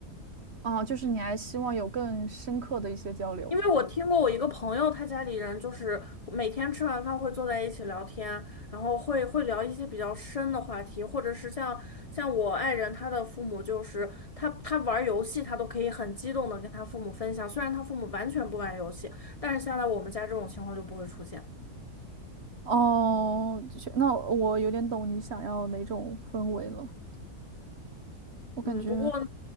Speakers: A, on the right; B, on the left.
A: 哦，就是你还希望有更深刻的一些交流。
B: 因为我听过我一个朋友，他家里人就是每天吃完饭会坐在一起聊天，然后会会聊一些比较深的话题，或者是像像我爱人他的父母，就是他他玩游戏，他都可以很激动的跟他父母分享，虽然他父母完全不玩游戏，但是现在我们家这种情况就不会出现。
A: 哦，就是那我有点懂你想要哪种氛围了。我感觉，
B: 嗯，不过呢